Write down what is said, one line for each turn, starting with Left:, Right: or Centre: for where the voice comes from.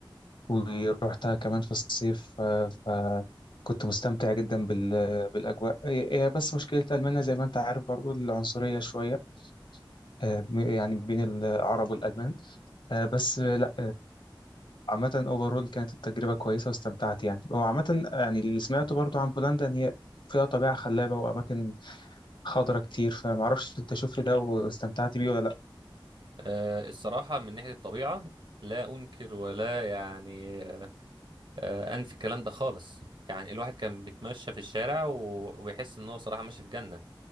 Left: ورحتها كمان في الصيف آه، فكنت مستمتع جدا بال- بالأجواء هي هي بس مشكلة ألمانيا زي ما أنت عارف برضو العنصرية شوية آه، يعني بين العرب والألمان آه، بس آه، لا عامة اوفرول كانت التجربة كويسة واستمتعت يعني هو عامة يعني اللي سمعته برضو عن بولندا ان هي فيها طبيعة خلابة وأماكن خضرة كتير فمعرفش أنت شفت ده واستمتعت بيه ولا لأ
Right: آه، الصراحة من ناحية الطبيعة لا أنكر ولا يعني آه، آه، أنفي الكلام ده خالص يعني الواحد كان بيتمشى في الشارع و- وبيحس إن هو صراحة ماشي في جنة